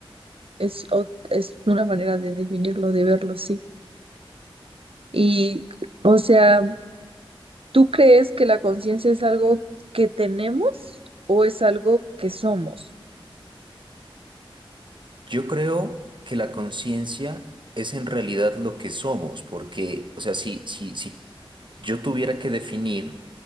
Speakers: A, on the right (about 75°); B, on the right (about 60°).
A: Es, o- es una manera de definirlo, de verlo, sí. Y, o sea, ¿tú crees que la conciencia es algo que tenemos o es algo que somos?
B: Yo creo que la conciencia es en realidad lo que somos, porque, o sea, si, si, si yo tuviera que definir